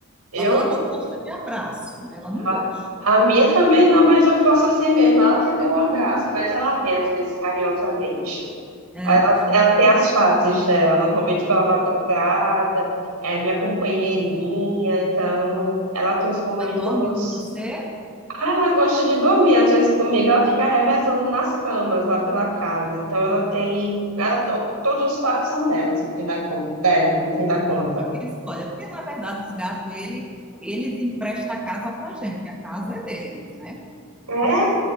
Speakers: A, on the right; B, in the centre.
A: Eu
B: Só que ela não gosta de abraço, né? Ela não
A: A,
B: gosta.
A: a minha também não, mas eu faço assim mesmo. Ela que deu um abraço, mas ela vem às vezes carinhosamente.
B: É,
A: Ela, ela tem as fases dela, normalmente pela madrugada, é minha companheirinha, então ela tem os momentos.
B: Ela dorme com você.
A: Ah, ela gosta de dormir, às vezes comigo ela fica revezando nas camas lá pela casa. Então ela tem. Ela, todos os quartos são delas, no fim da, con- dela, no fim da conta.
B: Eu fiz, olha, porque na verdade os gatos, ele, eles emprestam a casa pra gente, a casa é deles, né? A
A: É.
B: gente que